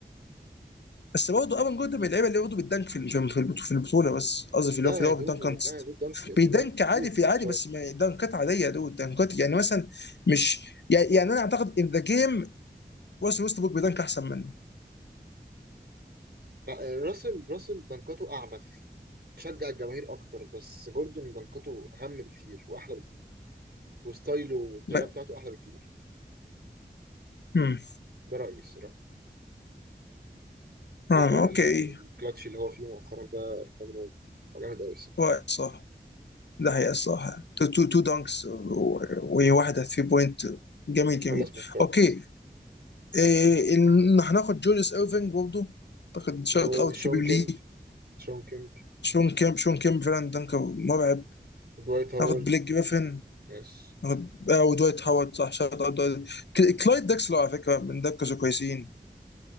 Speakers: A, on the left; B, on the right.
A: بس برضه ايفان جوردن من اللعيبه اللي برضه بتدنك في البطوله في البطو- في البطوله بس قصدي في اللي
B: لا
A: هو في اللي
B: يا دو
A: هو في الدنك كونتست
B: لا يا دو دانك بيدانك
A: بيدنك عادي
B: كتير في
A: في
B: الماتشات
A: عادي بس ما دنكات عاديه دول دنكات يعني مثلا مش يعني يعني انا اعتقد ان ذا جيم ويست ويست بوك بيدنك احسن منه
B: لا، راسل راسل دنكاته أعنف تشجع الجماهير أكتر بس جوردون دنكاته أهم بكتير وأحلى بكتير وستايله والطريقة
A: ب-
B: بتاعته أحلى بكتير
A: هم.
B: ده رأيي الصراحة غير
A: آه،
B: كمان
A: اوكي
B: ال- الكلاتش اللي هو فيه مؤخرا ده مجنون جامد أوي الصراحة
A: رأي صح ده هي الصراحه تو تو تو دانكس وواحده 3 بوينت جميل جميل
B: خلص ماتشات
A: اوكي إيه إن هناخد جوليس ايرفينج برضه اعتقد شوت
B: وشون
A: اوت كبير ليه
B: كيمب شون كيمب
A: شون كيم شون كيم فعلا دنكر مرعب
B: دوايت هاورد
A: ناخد بليك جريفن
B: يس
A: ناخد آه، ودوايت هاورد صح شوت اوت دويت. كل- كلايد داكسلر على فكره من دكز كويسين